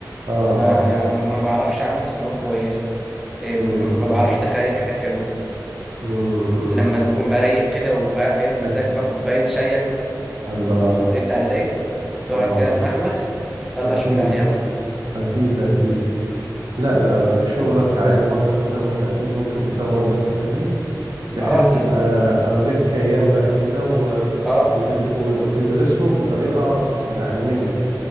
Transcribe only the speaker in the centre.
ما
ما بعرفش اعمل تصميمات كويسه إيه،
ما ما بعرفش اتخيل حاجات حلوه
لما بكون بقى رايق كده وبقى فاهم مزاج
بقى كوبايه شايك
ورجل على رجل تقعد
كده تمخمخ تطلع
شغل عليه قوي
اه اكيد
اه